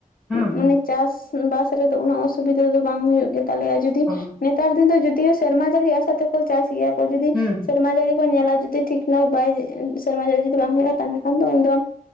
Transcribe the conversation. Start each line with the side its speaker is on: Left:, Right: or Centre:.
Centre: ᱦᱩᱸ
Left: ᱢᱟᱱᱮ
Centre: ᱦᱩᱸ
Left: ᱪᱟᱥ ᱵᱟᱥ ᱨᱮᱫᱚ ᱩᱱᱟᱹᱜ ᱚᱥᱩᱵᱤᱫᱟ ᱫᱚ ᱵᱟᱝ ᱦᱩᱭᱩᱜ ᱜᱮᱛᱟᱞᱮᱭᱟ ᱡᱩᱫᱤ
Centre: ᱚ
Left: ᱱᱮᱛᱟᱨ ᱫᱤᱱ ᱫᱚ ᱡᱩᱫᱤᱭᱳ ᱥᱮᱨᱢᱟ ᱡᱟᱹᱲᱤ ᱟᱥᱟᱛᱮ ᱠᱚ ᱪᱟᱥ ᱜᱮᱭᱟ ᱠᱚ ᱡᱩᱫᱤ
Centre: ᱦᱩᱸ
Left: ᱥᱮᱢᱟ ᱡᱟᱹᱲᱤ ᱧᱮᱞᱟ ᱡᱩᱫᱤ ᱴᱷᱤᱠ ᱴᱷᱟᱠ ᱵᱟᱭ ᱥᱮᱨᱢᱟ ᱡᱟᱲᱤ ᱡᱩᱫᱤ ᱵᱟᱝ ᱦᱩᱭᱩᱜᱼᱟ ᱛᱟᱦᱮᱞᱮ ᱠᱷᱟᱱ ᱫᱚ ᱩᱱ ᱫᱚ